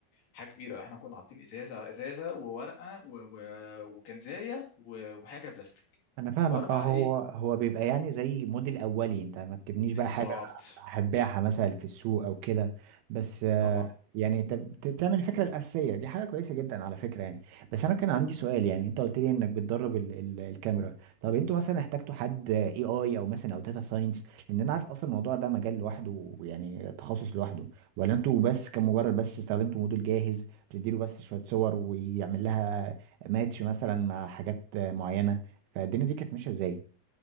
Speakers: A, on the left (about 65°); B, on the right (about 85°).
A: حاجه كبيره لا، احنا كنا حاطين ازازه ازازه وورقه و... و... وكنزايه و... وحاجه بلاستيك
B: انا فاهمك
A: واربع
B: اه هو
A: ايه
B: هو بيبقى يعني زي موديل اولي انت ما بتبنيش بقى
A: بالظبط
B: حاجه هتبيعها مثلا في السوق او كده بس آه،
A: طبعا
B: يعني انت بت- بتعمل الفكره الاساسيه دي حاجه كويسه جدا على فكره يعني بس انا كان عندي سؤال يعني انت قلت لي انك بتدرب ال ال الكاميرا طب انتوا مثلا احتجتوا حد اي اي او مثلا او داتا ساينس لان انا عارف اصلا الموضوع ده مجال لوحده يعني تخصص لوحده ولا انتوا بس كمجرد بس استخدمتوا موديل جاهز بتديله بس شويه صور ويعمل لها ماتش مثلا مع حاجات معينه فالدنيا دي كانت ماشيه ازاي